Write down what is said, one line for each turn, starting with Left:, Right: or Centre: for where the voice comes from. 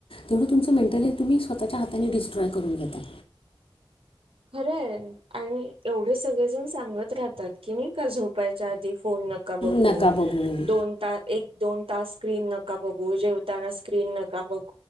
Left: ते तुमचं मेंटली तम्ही स्वतःच्या हाताने िस्ट्रॉय करून घेतात
Right: खरं आहे आणि एवढे सगळेजण सांगत राहतात की नाही का झोपायच्या आधी फोन नका बघू
Left: नका बघू
Right: दोन त एक दोन तास स्क्रीन नका बघू जेवताना स्क्रीन नका बघू